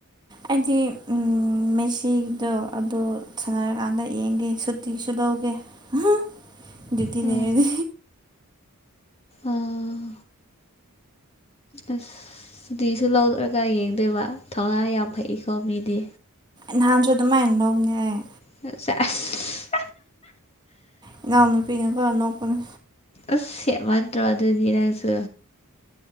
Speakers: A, on the right; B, on the left.
A: ꯑꯩꯗꯤ ꯎꯝ ꯃꯦꯁꯤꯗꯣ ꯑꯗꯨ ꯁꯥꯟꯅꯔꯀꯥꯟꯗ ꯌꯦꯡꯒꯦ ꯁꯨꯇꯤꯁꯨ ꯂꯧꯒꯦ ꯍꯥ ꯗꯤꯌꯨ꯭ꯇꯤꯂꯩꯔꯗ
B: ꯑꯥ ꯑꯥ ꯑꯁ ꯁꯨꯇꯤꯁꯨ ꯂꯧꯗꯔꯒ ꯌꯦꯡꯗꯣꯏꯕ ꯊꯧꯅꯥ ꯌꯥꯝ ꯐꯩꯩꯀꯣ ꯃꯤꯗꯤ
A: ꯅꯍꯥꯟꯁꯨ ꯑꯗꯨꯃꯥꯏꯅ ꯂꯧꯕꯅꯦ ꯑꯩ
B: ꯆꯦ <unintelligible>
A: ꯏꯅꯥꯎꯅꯨꯄꯤꯅ ꯀꫭ ꯅꯣꯛꯄꯅꯤ
B: ꯑꯁ ꯍꯦꯃꯟꯗ꯭ꯔꯣ ꯑꯗꯨꯗꯤ ꯅꯪꯁꯨ